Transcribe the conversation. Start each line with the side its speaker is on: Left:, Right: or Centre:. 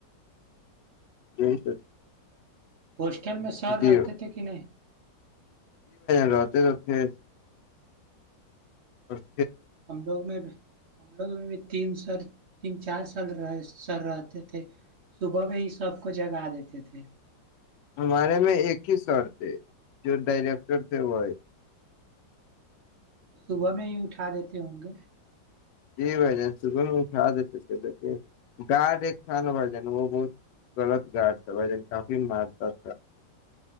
Left: یہ
Right: ہاسٹل میں سر
Left: جی
Right: رہتے تھے کہ نہیں
Left: اتتے تو تھے اچ
Right: ہم لوگ میں ہم لوگ بھی تین سر تین چار سال رہ سر رہتے تھے صبح میں ہی سب کو جگا دیتے تھے
Left: ہمارے میں ایک ہی سر تھے جو ڈائریکٹر تھے وہ
Right: صبح میں ہی اٹھا دیتے ہوں گے
Left: جی بھ جان صبح میں اٹھا دیتے تھے لیک گارڈ ایک تھا نا بھ جان وہ بہت غلط گارڈ تھا بھائی جن کافی مارتا تھا